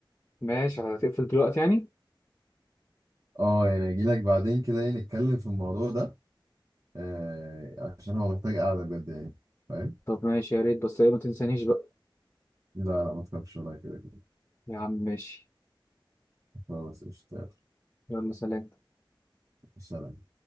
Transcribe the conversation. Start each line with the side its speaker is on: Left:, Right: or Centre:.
Left: ماشي هتقفل دلوقتي يعني
Right: اه يعني اجي لك بعدين كده ايه نتكلم في الموضوع ده آه عشان هو محتاج قعدة بجد يعني فاهم
Left: طب ماشي يا ريت بس إيه، ما تنسانيش بقى
Right: لا لا ما تخافش ولا كده كده
Left: يا عم ماشي
Right: خلاص اشتغل
Left: يلا سلام
Right: سلام